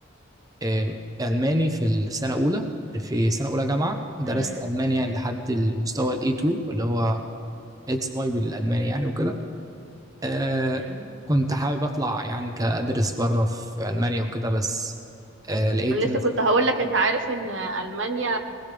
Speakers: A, on the right (about 20°); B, on the right (about 70°).
A: آه، ألماني في السنة الأولى في سنة أولى جامعة درست
B: مم.
A: ألماني يعني لحد المستوى ال A2 اللي هو اتس فاي بالألماني يعني وكده آه
B: مم.
A: كنت حابب أطلع يعني كأدرس بره في ألمانيا وكده بس آه لقيت
B: انا لسه
A: نفسي
B: كنت هقول لك انت عارف ان المانيا